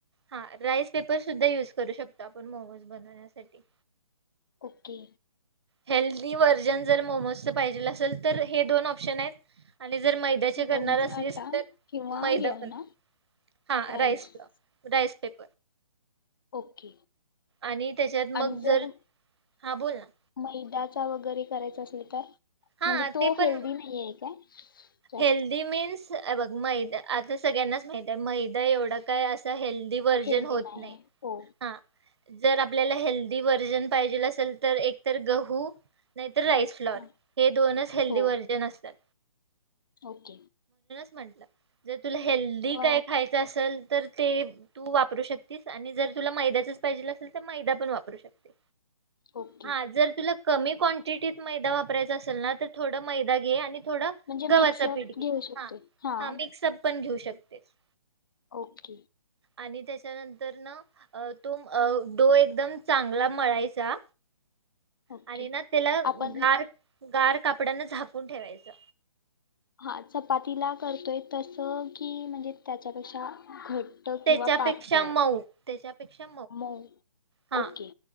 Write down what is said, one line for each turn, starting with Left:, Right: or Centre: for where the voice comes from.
Right: हा राइस पेपर सुद्धा युज करू शकतो आपण मोमोज बनवण्यासाठी.
Left: ओके.
Right: हेल्दी व्हर्जन जर मोमोज च पाहिजे असल तर हे दोन ऑप्शन आहेत आणि. आणि जर मैद्याची
Left: गहूचा
Right: करणार असलीस
Left: आटा
Right: तर
Left: किंवा
Right: मैदा
Left: हे
Right: पण.
Left: ना
Right: हा
Left: rice
Right: rice rice paper.
Left: Okay
Right: आणि त्याच्यात
Left: आणि
Right: मग
Left: जर
Right: हा बोल ना
Left: मैदा? च्या वगैरे करायच असेल तर?
Right: हा
Left: म्हणजे तो
Right: ते पण
Left: हेल्दी नाही आहे काय? जास्त
Right: हेल्दी मीन्स हे बघ मैदा आता सगळ्यांनाच माहित आहे मैदा एवढा काय असा. हेल्दी वर्जन
Left: हेल्दी
Right: होत नाही
Left: आहे हो
Right: हा. जर आपल्याला हेल्दी व्हर्जन पाहिजेल असेल तर एक तर गहू नाहीतर. तर राईस फ्लॉर
Left: हा.
Right: हे दोनच हेल्दी
Left: हो
Right: व्हर्जन असतात.
Left: ओके.
Right: म्हटलं जसं. तुला हेल्दी
Left: अ,
Right: काय खायचं असेल तर ते तू वापरू शकतीस आणि जर तुला मैद्याचच पाहिजेल असेल तर मैदा पण वापरू शकते.
Left: ओके
Right: हां जर तुला कमी क्वांटिटीत मैदा वापरायचा असेल ना तर थोडं मैदा घे आणि थोडं
Left: म्हणजे
Right: गव्हाचा
Left: मिक्सअप
Right: पीठ घे
Left: घेऊ शकते?
Right: हा
Left: हां.
Right: हा मिक्सअप पण घेऊ शकतेस.
Left: ओके.
Right: आणि त्याच्यानंतरन अ तुम अ डो एकदम चांगला मळायचा.
Left: ओके
Right: आणि ना त्याला
Left: आपण
Right: गार गार कापडान झाकून ठेवायचं.
Left: हा चपातीला करतोय तस की म्हणजे त्याच्यापेक्षा घट घट्ट
Right: त्याच्यापेक्षा
Left: किंवा पातळ
Right: मऊ त्याच्यापेक्षा
Left: मऊ
Right: हा
Left: ओके.